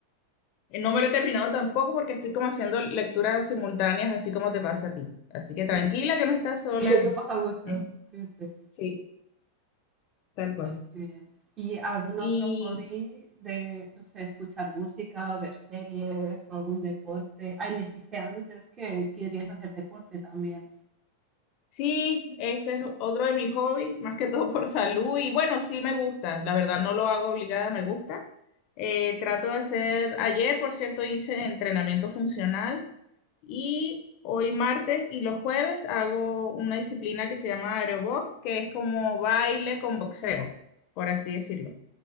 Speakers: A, on the left; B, on the right.
A: no me lo he terminado tampoco porque estoy como haciendo lecturas simultáneas, así como te pasa a ti. Así que tranquila
B: <laughs>
A: que no estás sola
B: Eso
A: en eso.
B: pasa mucho,
A: Mm,
B: sí, sí.
A: Sí, tal cual.
B: Ay, qué bien. ¿Y algún
A: Y
B: otro hobby de, no sé, escuchar música o ver series o algún deporte? Ay, me dijiste antes que querías hacer deporte también.
A: Sí, ese es otro de mis hobbies, más que todo por salud. Y bueno, sí me gusta, la verdad no lo hago obligada, me gusta. Eh, trato de hacer, ayer por cierto hice entrenamiento funcional y hoy martes y los jueves hago una disciplina que se llama aerobox, que es como baile con boxeo, por así decirlo.